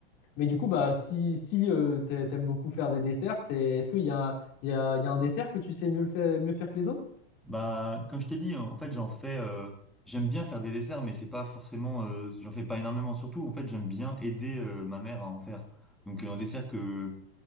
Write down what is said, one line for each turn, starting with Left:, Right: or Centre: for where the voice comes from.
Left: mais du coup, bah, si, si euh, t'a- t'aimes beaucoup faire des desserts, c'est, est-ce qu'il y a, il y a, il y a un dessert que tu sais mieux le faire, mieux faire que les autres?
Centre: Bah, comme je t'ai dit, en fait, j'en fais. euh, j'aime bien faire des desserts, mais c'est pas forcément. euh, j'en fais pas énormément. Surtout, en fait, j'aime bien aider euh, ma mère à en faire. Donc, un dessert que